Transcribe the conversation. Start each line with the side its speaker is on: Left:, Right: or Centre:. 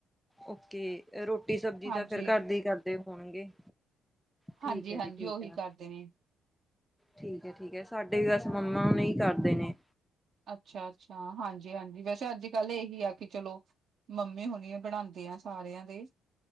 Centre: ਓਕੇ। ਰੋਟੀ ਸਬਜ਼ੀ
Right: ਹਾਂਜੀ
Centre: ਤਾਂ ਫੇਰ ਘਰਦੇ ਈ ਕਰਦੇ ਹੋਣਗੇ। ਠੀਕ
Right: ਹਾਂਜੀ
Centre: ਹੈ
Right: ਹਾਂਜੀ
Centre: ਜੀ ਠੀਕ
Right: ਉਹੀ
Centre: ਹੈ,
Right: ਕਰਦੇ ਨੇ।
Centre: ਠੀਕ ਹੈ ਠੀਕ ਹੈ। ਸਾਡੇ ਵੀ ਬਸ ਮੰਮਾ ਨਹੀਂ ਕਰਦੇ ਨੇ।
Right: ਅੱਛਾ ਅੱਛਾ, ਹਾਂਜੀ ਹਾਂਜੀ, ਵੈਸੇ ਅੱਜ ਕੱਲ ਇਹੀ ਆ ਕਿ ਚਲੋ ਮੰਮੀ ਹੁਣੀ ਆ ਬਣਾਂਦੇ ਆ ਸਾਰਿਆਂ ਦੇ